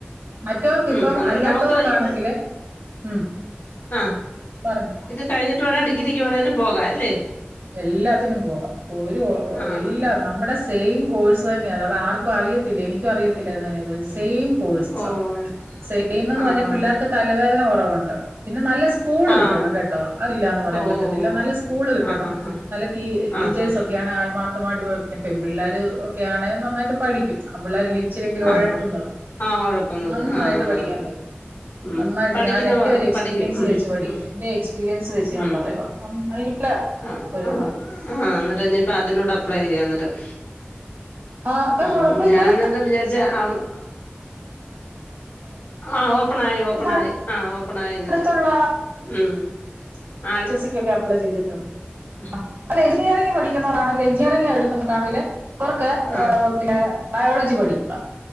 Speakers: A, on the right; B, on the left.
A: മറ്റോർക്കിപ്പം
B: ഉം അന്നേരം
A: അല്ലാത്തവർക്കാണെങ്കില്
B: നമുക്ക് ഇത്
A: ഉം
B: ആ
A: പറഞ്ഞു
B: ഇത് കഴിഞ്ഞിട്ട് വേണം ഡിഗ്രിക്ക് വേണേലും പോകാൻ അല്ലെ
A: എല്ലാത്തിനും പോവാം ഒരു കൊ
B: ആഹ്
A: എല്ലാം നമ്മടെ സെയിം കോഴ്സ് തന്നെയാണ് അത് ആർക്കും അറിയത്തില്ല എനിക്കും അറിയത്തില്ലായിരുന്നു അയിനെ കുറിച്ച് സെയിം കോഴ്സാ
B: ഓഹ്
A: സെയിം എന്ന്
B: ആഹ്
A: പറഞ്ഞാൽ പിള്ളേർക്ക് തലവേദന കൊറവുണ്ട് പിന്നെ നല്ല സ്കൂള്
B: ആഹ്
A: കിട്ടണം കേട്ടോ അതില്ലാന്ന് പറയാൻ
B: ഓഹ്
A: പറ്റത്തില്ല നല്ല സ്കൂള് കിട്ടണം
B: ആഹ് ആഹ്
A: നല്ല തീ ടീച്ചേഴ്സൊക്കെയാണ്
B: ആഹ്
A: ആത്മാ <unintelligible> പെൺപിള്ളാര് ഒക്കെയാണേ നന്നായിട്ട് പഠിക്കും ആൺപിള്ളാരല്ലെ ഇച്ചിരിയെങ്കിലും
B: ആഹ്
A: ഒഴപ്പുന്നത്
B: ആഹ് ആഹ് ഒഴപ്പുന്നത്
A: നന്നായിട്ട്
B: ആഹ് ആന്നാന്ന്
A: പഠിക്കാൻ പറ്റും
B: ഉം
A: നന്നായിട്ട്
B: പഠിക്കുന്ന
A: ഞാൻ എന്റെ ഒരു എക്സ്പീരിയൻസ്
B: പഠിക്കും ഉം
A: വെച്ച് പഠിക്കുവാ
B: ഉം
A: എന്റെ എക്സ്പീരിയൻസ് വെച്ച് ഞാൻ
B: ഉം
A: പറയുവാ <unintelligible> നല്ല
B: ആഹ്
A: ഒരു
B: ആഹ്
A: ഇതാ
B: ആഹ് എന്നിട്ട് ഇഞ്ഞ്പ്പം അതിനോട് അപ്ലൈയ്യാ നേരം
A: ആ, ഇപ്പൊ
B: ഉം
A: ഇപ്പൊ ഇന്നലെ
B: ഞാന് എന്താ വിചാരിച്ചേ അവള് ആഹ് ഓപ്പണായി ഓപ്പണായി
A: ഇവിടെ
B: ആഹ് ഓപ്പണായി ഇന്നലെ
A: അടുത്തുള്ള
B: ഉം ആഹ് അഹ്
A: ക്ക്യൊക്കെ അപ്ലൈ ചെയ്തിട്ടുണ്ട്
B: ഉഹ്
A: അല്ല എഞ്ചിനീയറിങ് പഠിക്ക്യുന്നവരാണെങ്കില് എഞ്ചിനീയറിങ് എടുക്കുവരാണെങ്കില് അവർക്ക് ഏഹ്
B: ആഹ്
A: ഇള്ളേ ബയോളജി പഠിക്കുവാ